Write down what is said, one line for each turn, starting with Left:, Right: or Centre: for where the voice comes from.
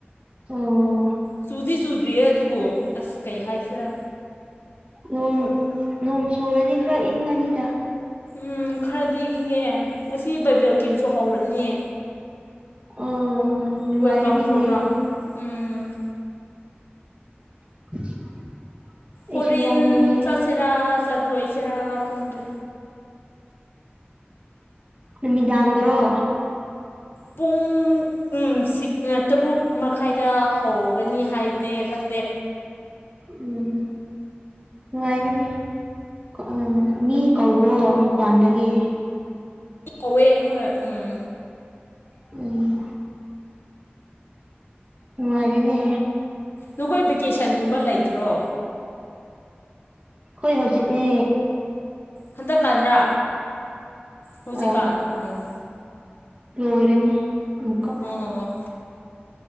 Right: ꯑꯣꯝ
Left: ꯆꯨꯗꯤ ꯆꯨꯗ꯭ꯔꯤꯌꯦ ꯑꯗꯨꯕꯨ ꯑꯁ ꯀꯩ ꯍꯥꯏꯁꯤꯔ
Right: ꯅꯣꯡ ꯅꯣꯡ ꯆꯨꯔꯗꯤ ꯈꯔ ꯏꯪꯉꯅꯤꯗ
Left: ꯎꯝ ꯈꯔꯗꯤ ꯏꯪꯉꯦ ꯉꯁꯤ ꯕꯥꯏꯕꯦꯜ ꯀꯦꯝꯁꯨ ꯍꯧꯔꯅꯤꯌꯦ
Right: ꯑꯣ ꯅꯨꯡꯉꯥꯏꯔꯅꯤꯅꯦ
Left: ꯋꯦꯜꯀꯝ ꯄ꯭ꯔꯣꯒ꯭ꯔꯥꯝ ꯎꯝ
Right: <unintelligible> <inaudible>
Left: ꯍꯣꯔꯦꯟ
Right: ꯌꯥꯎꯅꯤꯡꯉꯦ
Left: ꯆꯠꯁꯤꯔ ꯆꯠ ꯔꯣꯏꯁꯦꯔ ꯈꯪꯗ꯭ꯔꯦ
Right: ꯅꯨꯃꯤꯗꯥꯡꯗꯔꯣ
Left: ꯄꯨꯡ ꯇꯔꯨꯛ ꯃꯈꯥꯏꯗ ꯍꯧꯒꯅꯤ ꯍꯥꯏꯕꯅꯦ ꯈꯪꯗꯦ
Right: ꯎꯝ ꯅꯨꯡꯉꯥꯏꯒꯅꯤ ꯎꯝ ꯃꯤ ꯀꯧꯋꯣ ꯃꯄꯥꯟꯗꯒꯤ
Left: ꯀꯧꯋꯦ ꯍꯣꯏ ꯎꯝ
Right: ꯎꯝ ꯅꯨꯡꯉꯥꯏꯔꯤꯅꯤ
Left: ꯅꯈꯣꯏ ꯚꯦꯀꯦꯁꯟ ꯨꯝꯕ ꯂꯩꯇ꯭ꯔꯣ
Right: ꯍꯣꯏ ꯍꯧꯖꯤꯠꯅꯦ
Left: ꯍꯟꯗꯛ ꯀꯥꯟꯔꯥ ꯍꯧꯖꯤꯛꯀꯥꯟ
Right: ꯑꯥ
Left: ꯎꯝ
Right: ꯂꯣꯏꯔꯅꯤ ꯑꯃꯨꯛꯀ
Left: ꯑꯣ